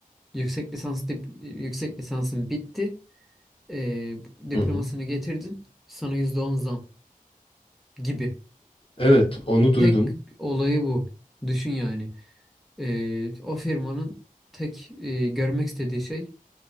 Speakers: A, in the centre; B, on the left.
A: Yüksek lisans dip- yüksek lisansın bitti. Ee, diplomasını
B: Hı hı.
A: getirdin. Sana %10 zam gibi.
B: Evet, onu duydum.
A: Tek olayı bu. Düşün yani. Ee, o firmanın tek e, görmek istediği şey